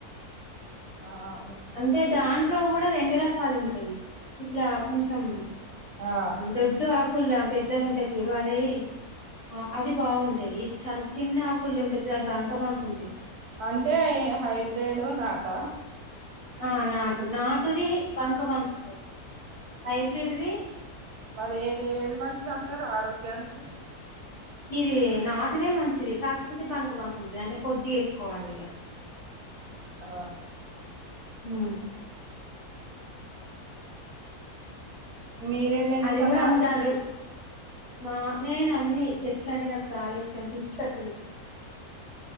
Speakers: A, on the right; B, on the left.
A: ఆ అవును
B: అంటే దాంట్లో కూడ రెండు రకాలు ఉంటావి ఇట్ల కొంచం
A: ఆ
B: దొడ్డు ఆకుల్ ది పెద్దగా ఉంటది చూడు అదే ఆ అది బాగుంటది చిన్న ఆకులది ఉంటది చుడు అది బంక బంక ఉంటది
A: అంటే హైబ్రిడ్ నాట
B: ఆ నాటు నాటుది బంక బంక ఉండేది హైబ్రిడ్ది
A: మరి ఏది ఏది మంచిది అంటారు ఆరోగ్యానికి
B: ఇది నాటిదే మంచిది కాకపోతే బంక బంక ఉంటది అంటే కొద్ది వేసుకోవాలి ఇగ
A: ఆ
B: ఉ
A: మీరేం పెంచుతున్నారు
B: అది కూడ అమ్ముతంద్రు మా నేను అన్ని చెట్ల అంటే నాకు చాల ఇష్టం పిచ్చి అసలు